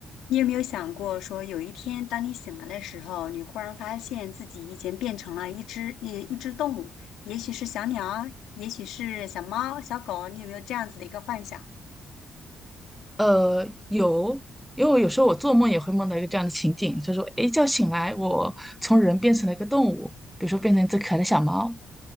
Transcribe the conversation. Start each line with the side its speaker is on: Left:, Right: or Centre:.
Left: 你有没有想过，说有一天当你醒来的时候，你忽然发现自己已经变成了一只一一只动物，也许是小鸟，也许是小猫、小狗，你有没有这样子的一个幻想？
Centre: 呃，有，因为我有时候我做梦也会梦到一个这样的情景，就是说，一觉醒来，我从人变成了一个动物，比如说变成一只可爱的小猫。